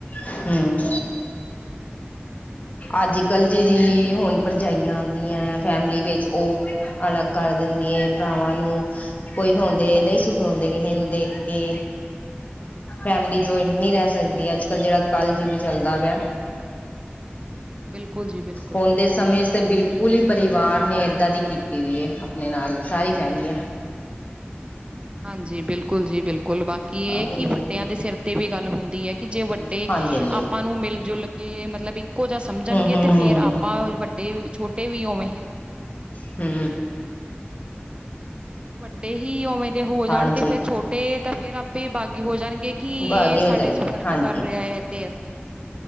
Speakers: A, on the left; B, on the right.
A: ਹੂੰ
B: ਹ
A: ਅੱਜ ਕੱਲ੍ਹ ਜਿਹੜੀ ਹੁਣ ਭਰਜਾਈਆਂ ਆਉਂਦੀਆਂ ਫੈਮਲੀ ਵਿੱਚ ਉਹ ਅਲੱਗ ਕਰ ਦਿੰਦੀ ਹੈ ਭਰਾਵਾਂ ਨੂੰ ਕੋਈ ਹੁੰਦੇ ਨਹੀਂ ਸੁਖ ਹੁੰਦੇ ਕਿਸੇ ਨੂੰ ਦੇਖ ਕੇ
B: ਕੀਚ
A: ਫੈਮਿਲੀ ਜੁਆਇੰਟ ਨਹੀਂ ਰਹਿ ਸਕਦੀ ਅੱਜ ਕਲ੍ਹ ਜਿਹੜਾ ਕੱਲ ਯੁੱਗ ਚੱਲਦਾ ਵਾ
B: ਬਿਲਕੁਲ ਜੀ ਬਿਲਕੁਲ
A: ਹੁਨ ਦੇ ਸਮੇਂ ਸ ਬਿਲਕੁਲ ਹੀ ਪਰਿਵਾਰ ਨੇ ਏਦਾਂ ਦੀ ਕੀਤੀ ਦੀ ਹੈ ਆਪਣੇ ਨਾਲ ਸਾਰੀ ਫੈਮਲੀਆਂ।
B: ਹਾਂਜੀ ਬਿਲਕੁਲ ਜੀ ਬਿਲਕੁਲ ਬਾਕੀ ਇਹ
A: ਹਾਂਜੀ
B: ਕਿ ਵੱਡਿਆਂ ਦੇ ਸਿਰ ਤੇ ਵੀ ਗੱਲ ਹੁੰਦੀ ਹੈ ਕਿ ਜੇ ਵੱਡੇ
A: ਹਾਂਜੀ ਹਾਂਜੀ
B: ਆਪਾਂ ਨੂੰ ਮਿਲ ਜੁਲ ਕੇ ਮਤਲਬ ਇੱਕੋ ਜਿਹਾ ਸਮਝਣਗੇ
A: ਹਮ ਹਮ
B: ਤੇ ਫੇਰ
A: ਹਮ
B: ਆਪਾਂ ਵੱਡ ਭੇ ਵੀ ਛੋਟੇ ਵੀ ਉਵੇਂ ਹੀ ਰੱਖਣਗੇ। ਉਹਨਾਂ ਨੂੰ
A: ਹੁੰ
B: ਜੇ ਹੁਨ ਵੱਡੇ ਹੀ ਉਵੇਂ ਦੇ ਹੋ ਜਾਣ
A: ਹਾਂਜੀ
B: ਤੇ ਫੇਰ ਛੋਟੇ ਤਾਂ ਫੇਰ ਆਪੇ ਬਾਗੀ ਹੋ ਜਾਣਗੇ। ਕਿ ਹੈ
A: ਬਾਗੀ
B: ਕਿ
A: ਹੋ
B: ਸਾਡੇ
A: ਜਾਂਦੇ
B: ਚ ਫ਼ਰਕ
A: ਹਾਂਜੀ
B: ਕਰ ਰਿਹਾ ਹੈ ਤੇ ਅਸੀਂ